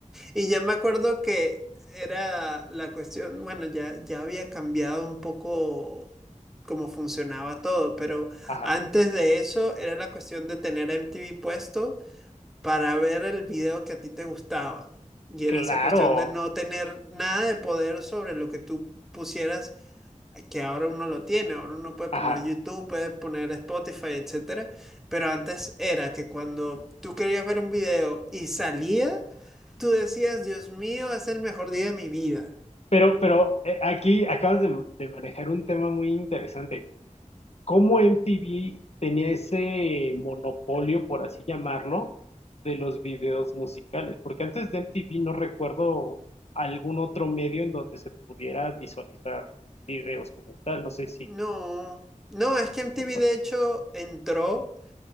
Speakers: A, in the centre; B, on the left.
A: Y ya me acuerdo que era la cuestión, bueno, ya, ya había cambiado un poco cómo funcionaba todo, pero
B: Ajá,
A: antes de eso era la cuestión de tener MTV puesto para ver el video que a ti te gustaba. Y
B: claro,
A: era esa cuestión de no tener nada de poder sobre lo que tú pusieras, que ahora uno lo tiene, ahora uno puede poner
B: ajá.
A: YouTube, puede poner Spotify, etcétera. Pero antes era que cuando tú querías ver un video y salía, Tú decías, Dios mío, es el mejor día de mi vida.
B: Pero, pero eh, aquí acabas de, de manejar un tema muy interesante. ¿Cómo MTV tenía ese monopolio, por así llamarlo, de los videos musicales? Porque antes de MTV no recuerdo algún otro medio en donde se pudiera visualizar videos como tal. No sé si,
A: No,
B: si
A: no, es que MTV
B: te acuerdas.
A: de hecho entró